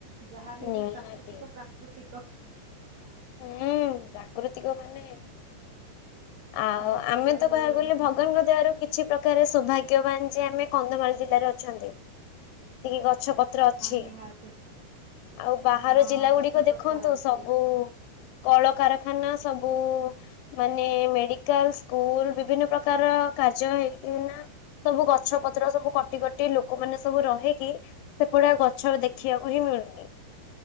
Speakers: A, on the right; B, on the left.
A: ଯାହାଲେ
B: ନିହାତି
A: ବି ପ୍ରାକୃତିକ ପ୍ରାକୃତିକ
B: ହୁଁ ପ୍ରାକୃତିକ ମାନେ ଆଉ
A: ନ୍ୟାଚୁରାଲ
B: ଆମେ ତ କହିବାକୁ
A: ଯୋଉଟା
B: ଗଲେ ଭଗବାନଙ୍କ
A: ହଁ
B: ଦେହରୁ କିଛି କିଛି ପ୍ରକାର ସୌଭାଗ୍ୟବାନ ଯେ ଆମେ କନ୍ଧମାଳ ଜିଲ୍ଲାରେ ଅଛନ୍ତି। ଟିକେ ଗଛ ପତ୍ର ଅଛି
A: ନିହାତି।
B: ଆଉ ବାହାର
A: ହଁ
B: ଜିଲ୍ଲା
A: ଗଛ
B: ଗୁଡ଼ିକ
A: ପତ୍ର
B: ଦେଖନ୍ତୁ
A: ଅଛି
B: ସବୁ। କଳକାରଖାନା ସବୁ ମାନେ ମେଡିକାଲ ସ୍କୁଲ ବିଭିନ୍ନ ପ୍ରକାର କାର୍ଯ୍ୟ ହେଇକିିନା ସବୁ ଗଛ ପତ୍ର ସବୁ କଟି କଟି ଲୋକମାନୋନ ସବୁ ରହିକି ସେପଡା ଗଛ ଦେଖିବାକୁ ହିଁ ମିଳୁନି।